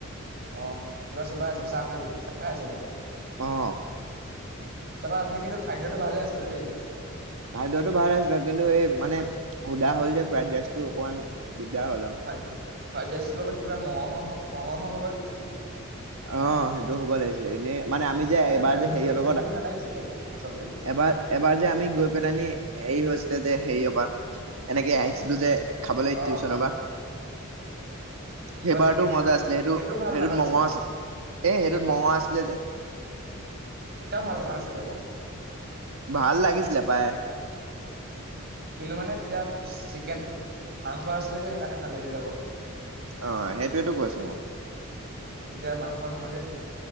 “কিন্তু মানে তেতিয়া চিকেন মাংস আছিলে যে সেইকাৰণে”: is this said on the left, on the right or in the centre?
Right